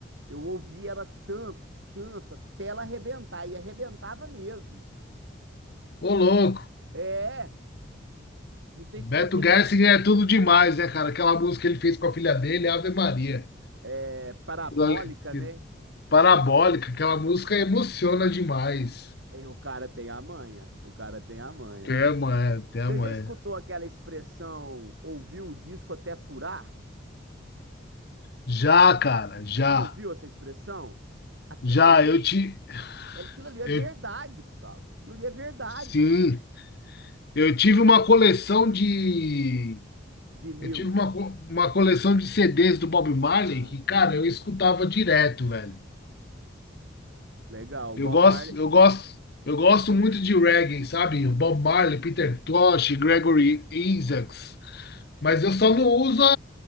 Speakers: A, on the right; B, on the left.
A: Eu ouvia ela tanto, tanto, até ela arrebentar. E arrebentava mesmo.
B: Ô, louco,
A: É, não sei
B: Beto
A: se você vai.
B: Gershing é tudo demais, né, cara? Aquela música que ele fez com a filha dele, Ave Maria.
A: É parabólica,
B: Aquilo ali-
A: né?
B: Parabólica, aquela música emociona demais.
A: É, O cara tem a manha, o cara tem a manha.
B: Até amanhã, até amanhã.
A: Você já escutou aquela expressão ouviu o disco até furar?
B: Já, cara, já.
A: Você já ouviu essa expressão? Aquilo
B: Já,
A: ali,
B: eu te.
A: é- aquilo ali é
B: Eu,
A: verdade, Gustavo. Aquilo ali é verdade.
B: sim, eu tive uma coleção de.
A: Vinil.
B: Eu tive uma, co- uma coleção de CDs do Bob Marley
A: Ah,
B: que,
A: sei.
B: cara, eu escutava direto, velho.
A: Legal, o
B: Eu
A: Bob
B: gosto,
A: Marley.
B: eu gosto, eu gosto muito de reggae, sabe? Bob Marley, Peter Tosh, Gregory Isaacs. Mas eu só
A: Uhum.
B: não uso a,